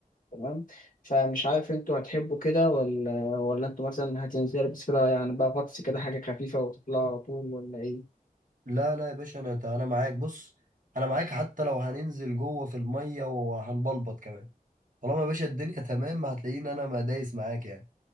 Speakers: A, on the left; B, on the right.
A: تمام فمش عارف انتوا هتحبوا كده ولا ولا انتوا مثلا هتنزلوا بس كده يعني بقى غطس كده حاجة خفيفة وتطلعوا على طول ولا ايه
B: لا لا يا باشا انا انا معاك بص انا معاك حتى لو هننزل جوه في الميه وهنبلبط كمان طالما يا باشا الدنيا <laughs> تمام هتلاقيني انا ما دايس معاك يعني